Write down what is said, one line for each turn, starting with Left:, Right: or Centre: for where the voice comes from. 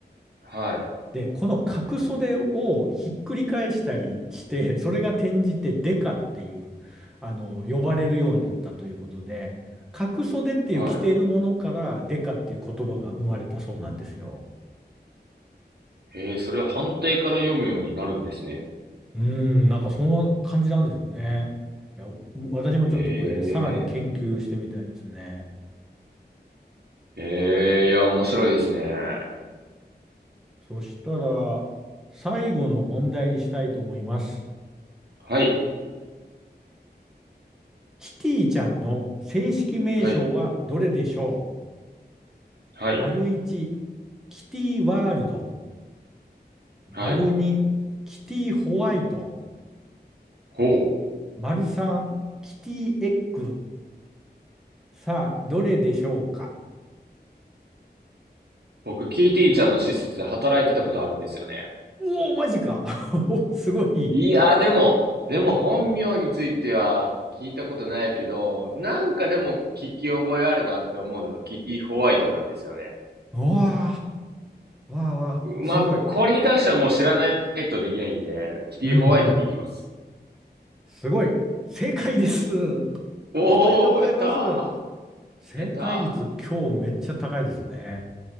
Right: はい。
Centre: で、この角袖をひっくり返したりして、それが転じてデカっていう、あの、呼ばれるようになったということで、角袖っていう着ているものからデカっていう言葉が生まれたそうなんですよ。
Right: はい。へえ、それは反対から読むようになるんですね。
Centre: うーん、なんかそんな感じなんですよね。いや、私もちょっとこれ、
Right: へ
Centre: さらに研究してみたいですね。
Right: え、へえ、いや、面白いですね。
Centre: そしたら、最後の問題にしたいと思います。
Right: はい、
Centre: キティちゃんの正式名称はどれでしょ
Right: はい、はい、
Centre: う丸1、キティワールド。
Right: はい。
Centre: 丸2、キティホワイト。
Right: ほう。
Centre: 丸3、キティエッグ。さあ、どれでしょうか
Right: 僕、キーティーちゃんの施設で働いてたことあるんですよね。
Centre: おおー、マジか <laughs> おすごい。
Right: いや、でも、でも本名については聞いたことないけど、なんかでも聞き覚えあるなって思うのはキティ・ホワイトなんですよね。
Centre: うわあ、わあわあ、すごい。
Right: まあ、これに関してはもう知らないとできないんで、キティ・
Centre: うんうん。
Right: ホワイトでいきます。
Centre: すごい。正解です。<laughs>
Right: おー、
Centre: おめでとうございます。
Right: やった
Centre: 正解率今日めっちゃ高いですね。
Right: ー。やったー。